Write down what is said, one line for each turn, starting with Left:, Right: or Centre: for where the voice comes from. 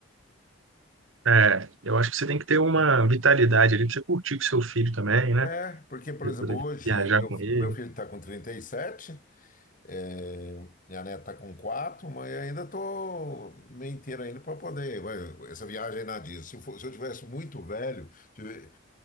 Right: É, eu acho que você tem que ter uma vitalidade ali pra você curtir com seu filho também, né?
Left: É, porque, por
Right: Você
Left: exemplo,
Right: poder
Left: hoje
Right: viajar
Left: o meu,
Right: com ele.
Left: meu filho está com 37. É, minha neta tá com quatro, mas eu ainda tô meio inteiro ainda para poder. vai, Essa viagem aí na Disney. Se, for- se eu tivesse muito velho, tive-